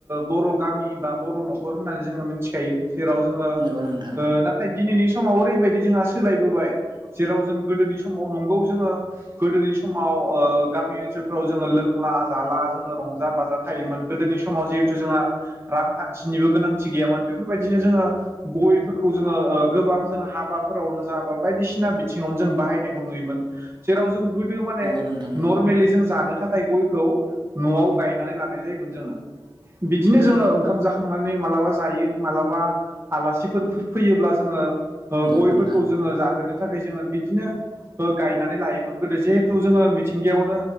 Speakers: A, on the right; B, on the right.
A: बर' गामि बा बर' न'खर होननानै जोङो मिथिखायो जेराव जोङो
B: नंगौ नोंथां
A: ओ ना थाय दिनैनि समाव ओरैबायदि जोंहा सोलायबोबाय जेराव जों गोदोनि समाव नंगौ जोङो गोदोनि समाव गामि ओनसोलफोराव जोङो लोंला जाला जोङो रंजा बाजा थायोमोन गोदोनि समाव जिहेथु जोंहा रांखान्थिनिबो गोनांथि गैयामोन बेफोरबायदिनो जोङो गयफोरखौ जोङो गोबां जों हाबाफोरावनो जाबा बायदिसिना बिथिङावनो जों बाहायनायखौ नुयोमोन जेराव जों गोदो माने
B: नंगौ नोंथां नंगौ
A: नर्मेलि जों जानो थाखाय गयखौ न'आव गायनानै लानाय जायोमोन जोङो बिदिनो जोङो ओंखाम जाखांनानै माब्लाबा जायो मा्लाबा आलासिफोर फैयोब्ला जोङो गयफोरखौ
B: नंगौ नोंथां
A: जोङो जाहोनो थाखाय जोङो बिदिनो ओ गायनानै लायोमोन गोदो जिहेथु जोङो मिथिंगायावनो